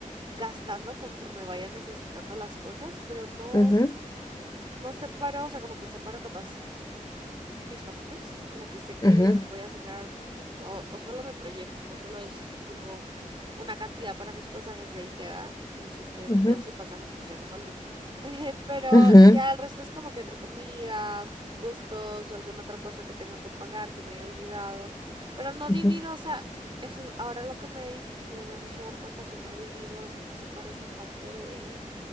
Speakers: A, on the right (about 35°); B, on the left (about 30°).
A: gastando conforme vaya necesitando las cosas, pero no,
B: Ujú,
A: no separo, o sea, como que separo capaz mis pasajes, como que sé que
B: ujú,
A: voy a sacar, o, o solo me proyecto, no solo es tipo una cantidad para mis pasajes y ahí queda, y si es que
B: ujú,
A: me quedo sin pasajes, pues ya no salgo. <laughs> Eh, Pero
B: ujú,
A: ya el resto es como que entre comida, gustos, o alguna otra cosa que tengo que pagar que me he olvidado, pero no
B: ujú.
A: divido, o sea, eso es ahora lo que me, dis- me, me has hecho dar cuenta que no divido, o sea, no separo esa parte